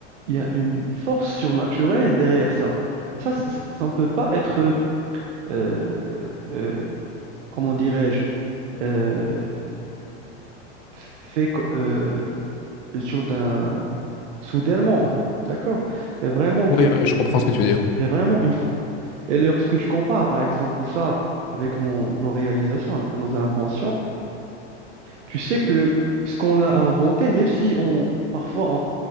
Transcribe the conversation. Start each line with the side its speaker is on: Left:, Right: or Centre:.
Right: il y a une force surnaturelle derrière ça. Ça, c- ça, ça ne peut pas être, euh, euh, comment dirais-je, euh, f- fait co- euh, sur d'un soudainement, d'accord? Il y a vraiment, quel-
Left: Oui, oui, je comprends ce que tu veux dire.
Right: il y a vraiment une... Et lorsque tu compares, par exemple, ça avec nos, nos réalisations, avec nos inventions, tu sais que ce qu'on a inventé, même si on, parfois